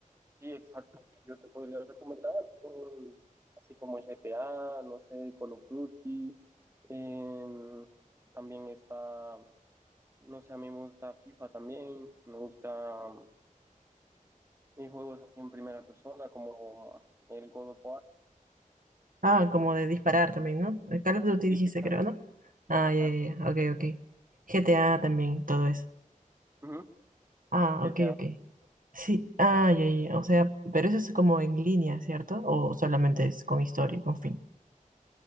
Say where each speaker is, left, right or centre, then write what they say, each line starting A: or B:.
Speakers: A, on the right; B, on the right.
A: Sí, exacto. Yo te podría recomendar un- así como GTA, no sé, Call of Duty. em, también está, no sé, a mí me gusta FIFA también. Me gusta eh, juegos así en primera persona como el God of War.
B: Ah, como de disparar también, ¿no? El Call of Duty
A: Sí,
B: dijiste,
A: exacto,
B: creo, ¿no? Ah,
A: exacto.
B: ya, ya, ya, ok, ok. GTA también, todo eso.
A: Ujú,
B: Ah,
A: GTA.
B: ok, ok. Sí, ah, ya, ya, ya, O sea, pero eso es como en línea, ¿cierto? ¿O solamente es con historia y con fin?